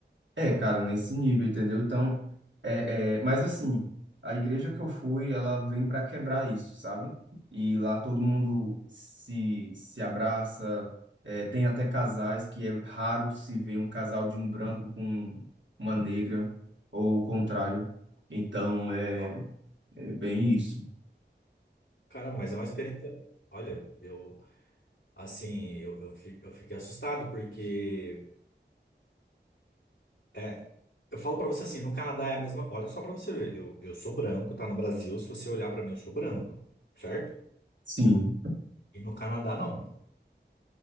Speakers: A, on the right (about 80°); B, on the left (about 85°).
A: É, cara, nesse nível, entendeu? Então, é, é, mas assim, a igreja que eu fui, ela vem para quebrar isso, sabe? E lá todo mundo se, se abraça, é, tem até casais que é raro se ver um casal de um branco com uma negra, ou o contrário. Então, é, é bem isso.
B: Cara, mas é uma experiência. Olha, eu assim, eu, eu, fi- eu fiquei assustado porque é, eu falo pra você assim, no Canadá é a mesma. Olha só pra você ver, eu, eu sou branco, tá? No Brasil, se você olhar pra mim, eu sou branco, certo?
A: Sim,
B: E no Canadá não.